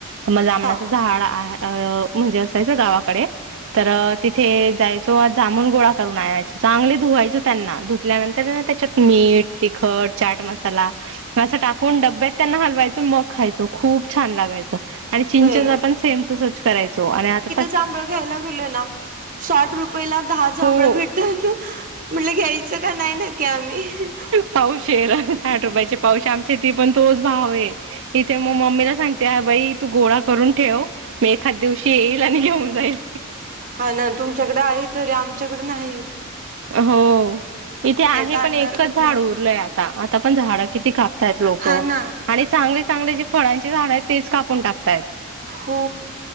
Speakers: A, on the right; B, on the right.
A: तर मग जामनाच
B: हा
A: झाड अ म्हणजे अस जायचो गावाकडे तर तिथे जायचो. जामून गोळा करून आणायचो चांगले धुवायचे त्य त्यांना धुतल्यानंतर ना त्यात मीठ, तिखट, चाट मसाला असं टाकून डब्यात त्याला हलवायचं, मग खायचो खूप छान लागयचं. आणि
B: होय
A: चिंचेला
B: ना
A: पण सेम तसचं करायचो. आणि आता तर ना
B: जांभळ घ्यायला गेले ना साठ रुपयाला दहा जांभळ
A: हो
B: भेटतात. म्हणलं घ्यायचं का नाही नक्की आम्ही.
A: पावशेर साठ रुपयाचे पाऊशेर आमच्या पण तोच भाव आहे, इथे मग मम्मीला सांगते बाई तू गोळा करून आणून ठेव. मी एखादं दिवशी येईल आणि घेऊन जाईल.
B: हा ना तुमच्याकडं आहे तरी आमच्याकडं नाहीत.
A: हो. इथे आहे,
B: आणणार
A: पण एकच
B: कुठनं
A: झाड उरलंय आता. आता पण झाड किती कापताय लोक.
B: हा ना
A: आणि चांगले, चांगले जे फळांची झाड आहेत तेच कापून टाकतायेत.
B: हो